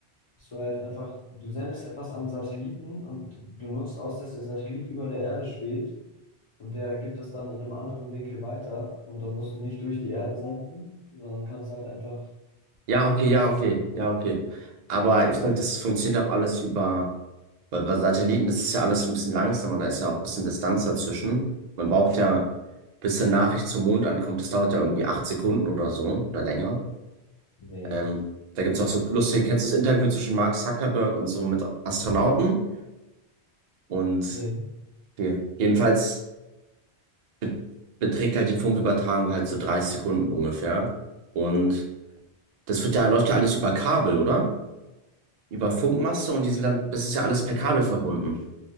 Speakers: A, on the left (about 55°); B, on the right (about 55°).
A: dass du halt einfach, du sendest etwas an einen Satelliten und du nutzt aus, dass der Satellit über der Erde schwebt. Und der gibt es dann in einem anderen Winkel weiter. Und dann musst du nicht durch die Erde senden, sondern kannst halt einfach
B: ja, okay,
A: das.
B: ja, okay, ja, okay. Aber ich denke, das funktioniert auch alles über, bei bei Satelliten ist es ja alles so ein bisschen langsamer, da ist ja auch ein bisschen Distanz dazwischen. Man braucht ja, bis eine Nachricht zum Mond ankommt, das dauert ja irgendwie acht Sekunden oder so oder länger.
A: Nee,
B: Ähm, da gibt's auch so lustige, kennst du das Interview zwischen Mark Zuckerberg und so mit Astronauten? Und
A: nee.
B: okay. Jedenfalls be beträgt halt die Funkübertragung halt so 30 Sekunden ungefähr. Und Das wird ja, läuft ja alles über Kabel, oder? Über Funkmaste und die sind dann, das ist ja alles per Kabel verbunden.